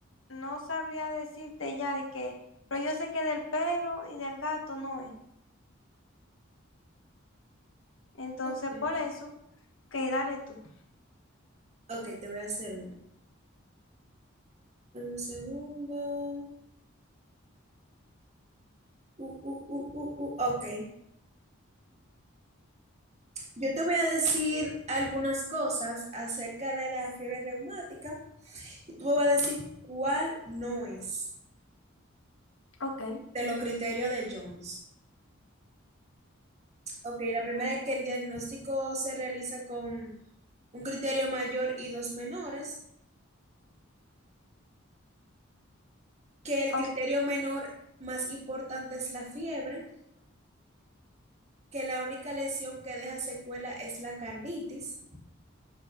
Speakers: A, on the left; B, on the right.
A: no sabría decirte ya de que, pero yo sé que del perro y del gato no es. Entonces,
B: Ok.
A: por eso, que dale tú.
B: Ok, te voy a hacer una. En un segundo. Uh, uh, uh, uh, uh, Ok. Yo te voy a decir algunas cosas acerca de la fiebre reumática y tú me vas a decir cuál no es
A: Ok,
B: de los criterios de Jones. Ok, la primera es que el diagnóstico se realiza con un criterio mayor y dos menores, que el
A: ok.
B: criterio menor más importante es la fiebre, que la única lesión que deja secuela es la carditis